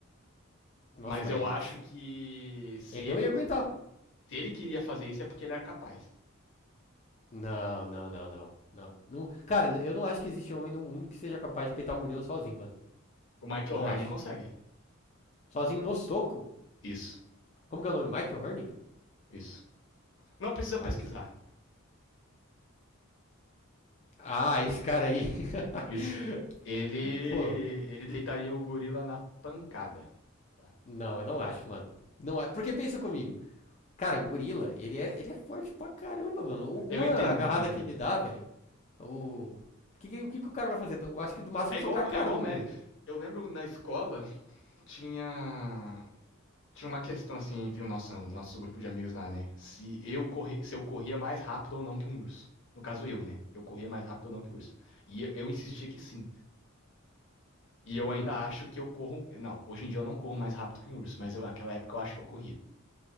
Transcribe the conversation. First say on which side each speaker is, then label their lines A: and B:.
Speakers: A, on the left; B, on the left.
A: nossa,
B: Mas
A: mas.
B: eu acho que se
A: Ele
B: ele,
A: não ia aguentar.
B: se ele queria fazer isso é porque ele era capaz.
A: Não, não, não, não, não. Não- Cara, eu não acho que existe homem no mundo que seja capaz de peitar um gorila sozinho, mano.
B: O Michael
A: Não
B: Hearn
A: acho.
B: consegue.
A: Sozinho no soco?
B: Isso,
A: Como que é o nome? Michael Herning?
B: isso. Não precisa
A: Michael.
B: pesquisar.
A: Ah, esse cara aí. <laughs>
B: Isso. Ele, ele
A: Pô,
B: deitaria o gorila na pancada. Tá,
A: não,
B: na
A: eu
B: pancada.
A: não acho, mano. Não, é- porque pensa comigo. Cara, um gorila, ele é, ele é forte pra caramba, mano. U-
B: Eu
A: Uma
B: entendo,
A: agarrada
B: eu entendo.
A: que ele dá, velho. O, o que, que- o que que o cara vai fazer? Eu acho que no máximo
B: É
A: socar
B: igual,
A: a cara
B: é igual
A: do
B: o
A: gorila.
B: mérito. Eu lembro na escola tinha tinha uma questão assim entre o nosso, nosso grupo de amigos lá, né? Se eu, corre, se eu corria mais rápido ou não que um urso. No caso eu, né? Eu corria mais rápido ou não que o urso. E eu, eu insistia que sim. E eu
A: Hum.
B: ainda acho que eu corro. Não, hoje em dia eu não corro mais rápido que um urso, mas eu, naquela época eu acho que eu corria.